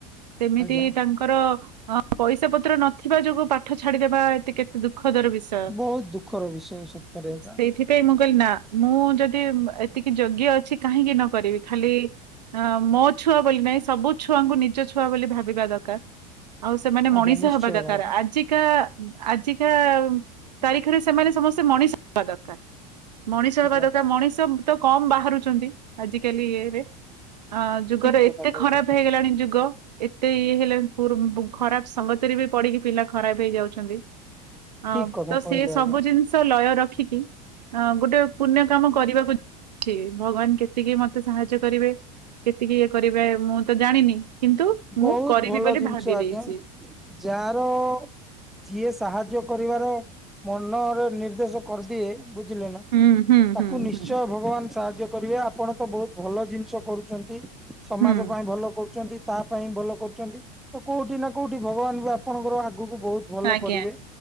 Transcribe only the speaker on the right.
ସେମିତି
ତାଙ୍କ ର ପଇସା ପତ୍ର ନଥିବା ଯୋଗୁ ପାଠ ଛାଡିଦବା ଏ କେ ଦୁଃଖଦର ବିଷୟ
ସେଇଥିପାଇଁ ମୁଁ କହିଲି ନା ମୁଁ ଯଦି ଏତିକି ଯୋଗ୍ୟ ଅଛି କାହିଁକି ନ କରିବି ଖାଲି ହଁ ମୋ ଛୁଆ ବୋଲି ନାଇଁ ସବୁ ଛୁଆଙ୍କୁ ନିଜ ଛୁଆ ବୋଲି ଭାବିବା ଦରକାର। ଆଉ ସେମାନେ
ମଣିଷ
ହବା ଦରକାର
ଆଜିକା ଆଜିକା ତାରିଖରେ ସେମାନେ ସମସ୍ତେ ମଣିଷ ହବା ଦରକାର ମଣିଷ
ହବା ଦର ମଣିଷ ତ କମ ବାହାରୁଛନ୍ତି ଆଜିକାଲି ଇଏରେ ଅ ଯୁଗର
ଏତେ
ଖରାପ
ହେଇଗଲାଣି ଯୁଗ। ଏତେ ଇଏ ହେଲେ ଖରାପ ସଙ୍ଗତିରେ ବି ପଢିକି ପିଲା ଖରାପ ହେଇଯାଉଛନ୍ତି। ଅ
ତ ସେ
ସବୁ
ଜିନିଷ ଲୟ ରଖିକି ଅ ଗୋଟେ ପୁ କାମ କରିବାକୁ ଯାଉଛି ଭଗବାନ କେତିକି ମତେ ସାହାଯ୍ୟ କରିବେ। କେତିକି ଇଏ କରିବେ ମୁଁ ତ ଜାଣିନି କିନ୍ତୁ ମୁଁ
କରିବି
ବୋଲି
ଭାବି
ଦେଇଛି।
ହୁଁ ହୁଁ
ହୁଁ
ହୁଁ
ହୁଁ
ଆଜ୍ଞା